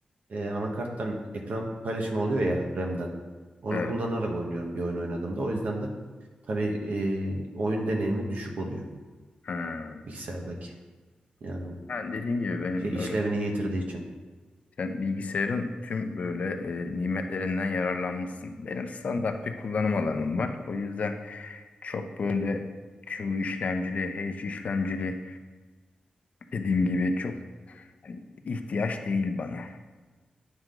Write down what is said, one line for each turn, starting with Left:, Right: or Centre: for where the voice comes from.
Right: e, anakarttan ekran paylaşımı oluyor ya RAM'den. Onu
Left: evet.
Right: kullanarak oynuyorum bir oyun oynadığımda. O yüzden de tabii e, oyun deneyimi düşük oluyor
Left: Ha.
Right: bilgisayardaki. Yani
Left: Yani dediğim gibi benim
Right: şey
Left: öyle
Right: işlevini yitirdiği için.
Left: sen bilgisayarın tüm böyle e, nimetlerinden yararlanmışsın. Benim standart bir kullanım alanım var. O yüzden çok böyle Q işlemcili, H işlemcili dediğim gibi çok hani ihtiyaç değil bana